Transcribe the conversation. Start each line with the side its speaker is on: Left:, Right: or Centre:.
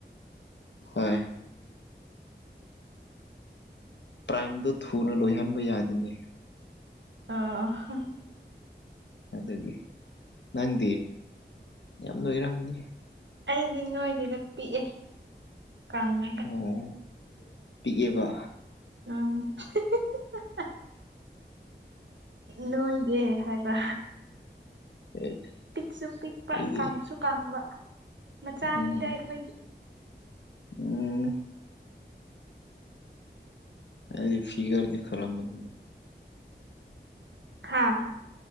Left: ꯍꯣꯏ ꯄ꯭ꯔꯥꯏꯝꯗꯣ ꯊꯨꯅ ꯂꯣꯏꯍꯟꯕ ꯌꯥꯗꯅꯤ
Right: ꯑ
Left: ꯑꯗꯨꯗꯒꯤ ꯅꯪꯗꯤ ꯌꯥꯝ ꯂꯣꯏꯔꯝꯅꯤ
Right: ꯑꯩꯗꯤ ꯅꯣꯏꯒꯤꯗ ꯄꯤꯛꯑꯦ ꯀꯪꯉꯦ
Left: ꯑꯣ ꯄꯤꯛꯑꯦꯕ
Right: <unintelligible> ꯅꯣꯏꯗꯦ ꯍꯥꯏꯕ
Left: <unintelligible>
Right: ꯄꯤꯛꯁꯨ ꯄꯤꯛꯄ
Left: ꯑꯩꯗꯤ
Right: ꯀꯥꯡꯁꯨ ꯀꯥꯡꯕ ꯃꯆꯥ
Left: ꯎꯝ
Right: ꯑꯅꯤꯗ ꯑꯩꯈꯣꯏꯗꯤ
Left: ꯎꯝ ꯑꯩꯗꯤ ꯐꯤꯒꯔꯗꯤ ꯐꯔꯝꯅꯤ
Right: ꯍꯥꯥ